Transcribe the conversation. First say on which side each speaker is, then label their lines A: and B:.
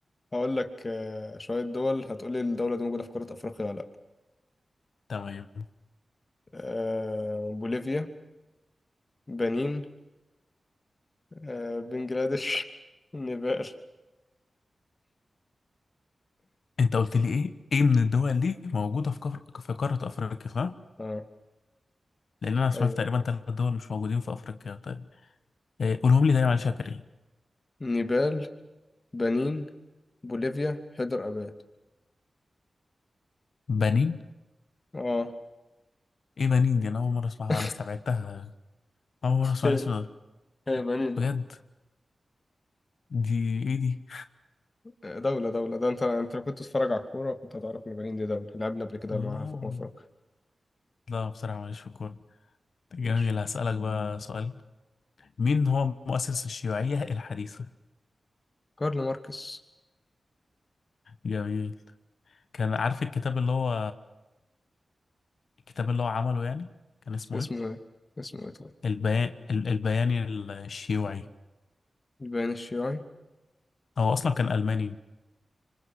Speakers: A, on the left; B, on the left.
A: هقول لك أه شوية دول هتقولي الدولة دي موجودة في قارة أفريقيا ولا لأ
B: تمام
A: أه بوليفيا بنين أه بنجلاديش <laughs> نيبال
B: انت قلت لي ايه ايه من الدول دي موجوده في قار... في قاره افريقيا صح
A: اه
B: لان انا سمعت
A: أيوه
B: تقريبا ثلاث دول مش موجودين في افريقيا طيب إيه قولهم لي تاني معلش يا كريم
A: نيبال بنين بوليفيا حيدر أباد
B: بنين
A: اه
B: ايه بنين دي انا اول مره اسمعها
A: <laughs>
B: انا استبعدتها اول مره اسمع
A: هي
B: الاسم ده
A: هي بنين
B: بجد
A: اه
B: دي ايه دي
A: آه، دولة دولة ده انت انت لو كنت تتفرج على الكورة كنت هتعرف ان بنين دي دولة لعبنا قبل كده
B: لا
A: معاها في أمم أفريقيا
B: لا بصراحه ماليش في الكوره جميل
A: ماشي
B: هسألك بقى سؤال مين هو مؤسس الشيوعية الحديثة؟
A: كارل ماركس
B: جميل كان عارف الكتاب اللي هو الكتاب اللي هو عمله يعني كان اسمه
A: اسمه
B: ايه؟
A: ايه؟ اسمه ايه طيب؟
B: البيان البياني الشيوعي
A: البيان الشيوعي
B: هو أصلا كان ألماني